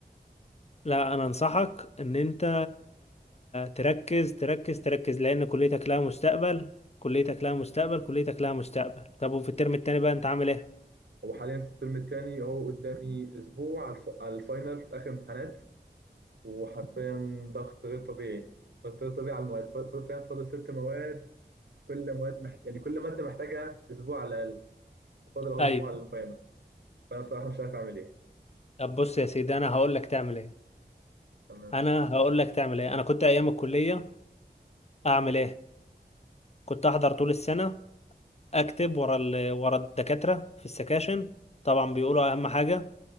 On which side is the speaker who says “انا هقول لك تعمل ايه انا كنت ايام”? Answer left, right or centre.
Left